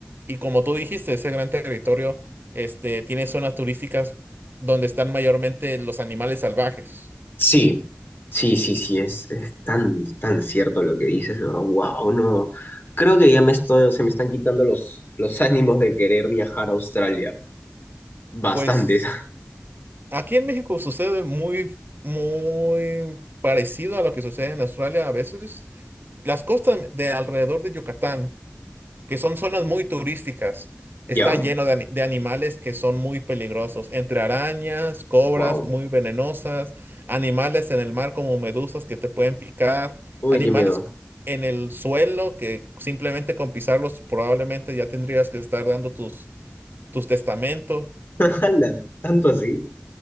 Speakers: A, on the right (about 55°); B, on the left (about 55°).
A: Y como tú dijiste, ese gran territorio, este, tiene zonas turísticas donde están mayormente los animales salvajes.
B: Sí, sí, sí, sí, es, es tan, tan cierto lo que dices, de verdad. Wow, no. Creo que ya me estoy, se me están quitando los, los ánimos de querer viajar a Australia. Bastantes.
A: Pues
B: <laughs>
A: Aquí en México sucede muy, muy parecido a lo que sucede en Australia a veces. Las costas de alrededor de Yucatán, que son zonas muy turísticas, está
B: ¿Ya?
A: lleno de, ani- de animales que son muy peligrosos, entre arañas, cobras
B: Wow.
A: muy venenosas, animales en el mar como medusas que te pueden picar,
B: Uy,
A: animales
B: qué miedo.
A: en el suelo que simplemente con pisarlos probablemente ya tendrías que estar dando tus, tus testamentos.
B: <laughs> Ala, ¿Tanto así?